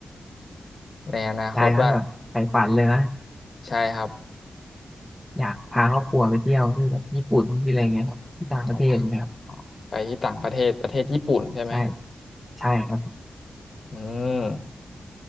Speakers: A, on the left; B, in the centre.
A: ในอนาคตว่า
B: ยายนั้นแบบใฝ่ฝันเลยนะ
A: ใช่ครับ
B: อยากพาครอบครัวไปเที่ยวที่แบบญี่ปุ่นที่อะไรเงี้ยครับที่ต่างประเทศนะครับ
A: อ๋องอ๋อไปที่ต่างประเทศประเทศญี่ปุ่นใช่ไหม
B: ใช่ใช่ครับ
A: อืม